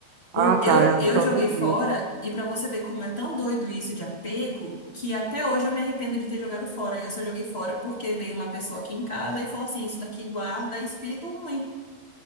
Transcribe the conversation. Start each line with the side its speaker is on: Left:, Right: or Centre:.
Left: O,
Right: Ah, tá.
Left: eu, eu
Right: Então
Left: joguei
Right: nem viu.
Left: fora, e pra você ver como é tão doido isso de apego, que até hoje eu me arrependo de ter jogado fora. E eu só joguei fora porque veio uma pessoa aqui em casa e falou assim: Isso daqui guarda espírito ruim.